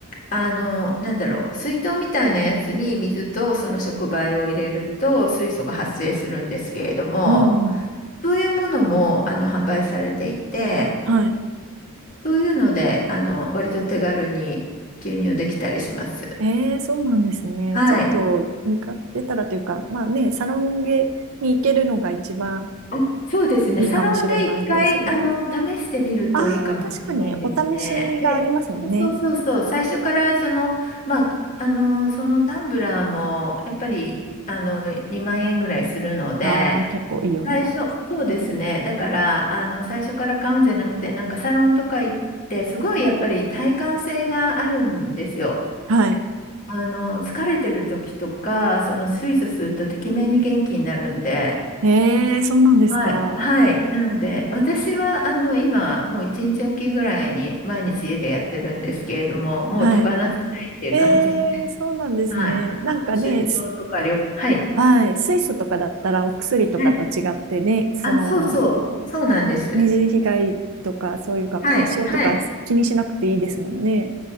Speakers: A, on the left (about 35°); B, on the right (about 65°).
A: あの、なんだろう、水筒みたいなやつに水とその触媒を入れると水素が発生するんですけれども、
B: うんうん。
A: そういうものもあの販売されていて、
B: はい。
A: そういうので、あの、割と手軽に吸入できたりします。
B: ええ、そうなんですね。
A: はい。
B: ちょっと見かけたらというか、まあね、サロンゲに行けるのが一番
A: あ、そうですね。
B: いいかもしれないですけど。
A: サロンで一回、あの、試してみるといいかもしれないですね。
B: ああ、確かにお試しがありますもんね。
A: で、そうそうそうそう、最初からその、まあ、あの、そのタンブラーも、やっぱり、あの、2万円ぐらいするので、
B: ああ、結構いいお値段ですね。
A: 最初、そうですね。だから、あの、最初から買うんじゃなくて、なんかサロンとか行って、すごいやっぱり体感性があるんですよ。
B: はい。
A: あの、疲れてる時とか、その水素するとてきめんに元気になるんで、
B: ええ、そうなんですか。
A: はい。はい。なので、私は、あの、今、もう一日おきぐらいに毎日家でやってるんですけれども、もう手放せないっていう感じで、
B: はい。ええ、そうなんですね。
A: はい。
B: なんかね、
A: あの、出張とか旅行、
B: す
A: はい。
B: はい。水素とかだったらお薬とかと違ってね、
A: はい。
B: その、
A: あ、そうそう。そうなんです。
B: 二次被害とかそういう合併症とか気にしなくていいですもんね。
A: はい。はい。